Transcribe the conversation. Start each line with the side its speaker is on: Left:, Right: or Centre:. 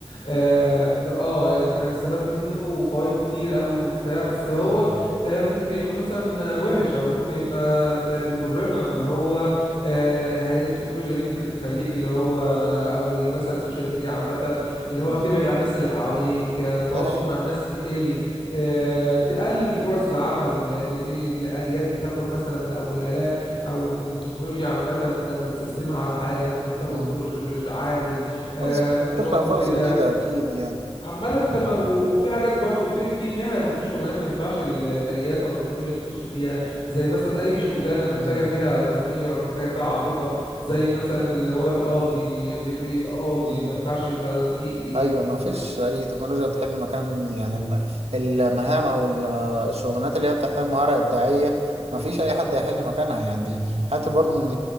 Left: اه, آه احنا نستفاد منه وفوائده كتير قوي وبتاع بس هو
Right: مم.
Left: آه ممكن يبقى مثلا وحش او ممكن يبقى ب- بيضرنا اللي هو آه هي- التكنولوجيا دي ممكن تخليك اللي هو او مثلا السوشيال ميديا عامه اللي هو
Right: مم.
Left: تبعد عن الناس اللي حواليك التواصل
Right: ده هي-
Left: مع الناس بيقل آه، تقلل فرص العمل لان في الاليات بتاخد مثلا او الالات او التكنولوجيا عامه لما بتسيستمها على حاجه ممكن تاخد
Right: مم.
Left: دور ج- عامل آه،
Right: فرص
Left: ممكن تاخد
Right: تخلق
Left: دور
Right: فرص
Left: كده
Right: جديدة أكيد يعني
Left: عامة انت ما و- وفي حاجات برضو في في مهن وفي شغلانات ما ينفعش ال- الاليات او التكنولوجيا دي تخش فيها زي مثلا اي شغلانه محتاجه
Right: مم.
Left: فيها ضمير او محتاجه فيها عاطفه زي مثلا اللي هو القاضي يبقى يبقى قاضي
Right: مم.
Left: ما ينفعش يبقى في
Right: ايوه
Left: تكنولوجيا
Right: ما فيش اي تكنولوجيا تحل مكان يعني الم... المهام او ال- الشغلانات اللي هي بتحتاج مهاره ابداعيه ما فيش اي حد هيحل مكانها يعني حتى برضه ان